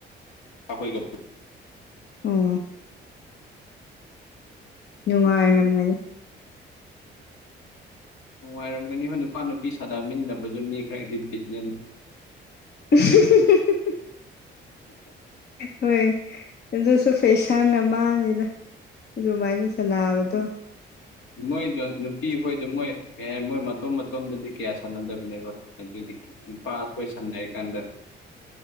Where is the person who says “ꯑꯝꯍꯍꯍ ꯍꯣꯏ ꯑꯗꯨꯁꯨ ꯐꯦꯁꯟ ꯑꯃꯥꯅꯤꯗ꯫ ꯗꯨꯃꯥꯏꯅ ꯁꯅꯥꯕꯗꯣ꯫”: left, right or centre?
Left